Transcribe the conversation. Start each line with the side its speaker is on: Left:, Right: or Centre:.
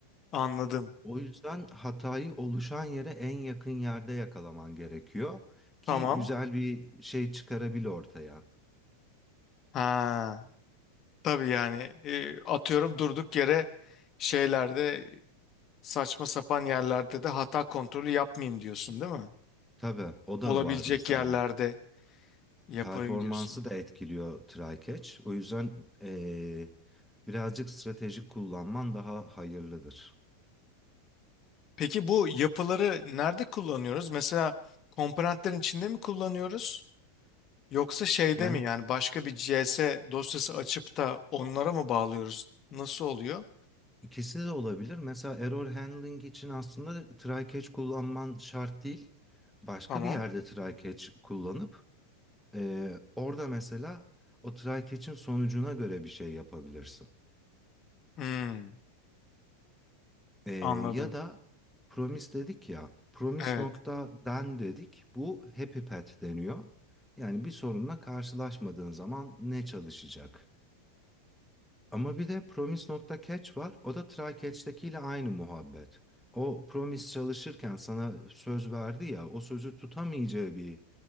Left: anladım.
Centre: O yüzden hatayı oluşan yere en yakın yerde yakalaman gerekiyor ki
Left: Tamam.
Centre: güzel bir şey çıkarabil ortaya.
Left: Ha, tabii yani e, atıyorum durduk yere şeylerde saçma sapan yerlerde de hata kontrolü yapmayayım diyorsun değil mi?
Centre: Tabii o
Left: Olabilecek
Centre: da var mesela.
Left: yerlerde
Centre: Hani
Left: yapayım
Centre: performansı
Left: diyorsun.
Centre: da etkiliyor try catch. O yüzden eee, birazcık stratejik kullanman daha hayırlıdır.
Left: Peki bu yapıları nerede kullanıyoruz? Mesela komponentlerin içinde mi kullanıyoruz? Yoksa şeyde
Centre: Yani
Left: mi yani başka bir C/S dosyası açıp da onlara mı bağlıyoruz? Nasıl oluyor?
Centre: ikisi de olabilir. Mesela error handling için aslında try catch kullanman şart değil. Başka
Left: Tamam.
Centre: bir yerde try catch kullanıp Ee, orada mesela o try catch'in sonucuna göre bir şey yapabilirsin.
Left: Hmm,
Centre: Ee,
Left: anladım.
Centre: ya da promise dedik ya, promise
Left: Evet.
Centre: nokta den dedik. Bu happy path deniyor. Yani bir sorunla karşılaşmadığın zaman ne çalışacak? Ama bir de promise nokta catch var. O da try catch'tekiyle aynı muhabbet. O promise çalışırken sana söz verdi ya, o sözü tutamayacağı bir